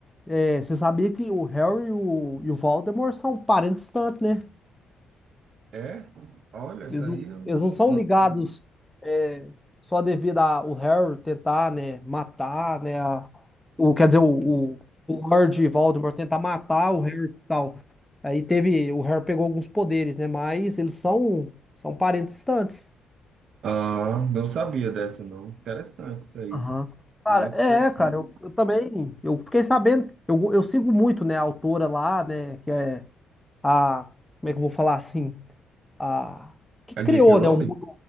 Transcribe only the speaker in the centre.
é, você sabia que o Harry e o, e o Voldemort são parentes distantes, né?
Eles não,
eles
não são
ligados
é, só devido ao Harry tentar, né, matar, né, a- o, quer dizer, o, o, o Lord Voldemort tentar matar o Harry e tal. Aí teve, o Harry pegou alguns poderes, né, mas eles são, são parentes distantes.
Aham. Cara,
é,
cara, eu, eu também, eu fiquei sabendo, eu, eu sigo muito, né, a autora lá, né, que é a, como é que eu vou falar assim? a que
criou,
né, o mundo,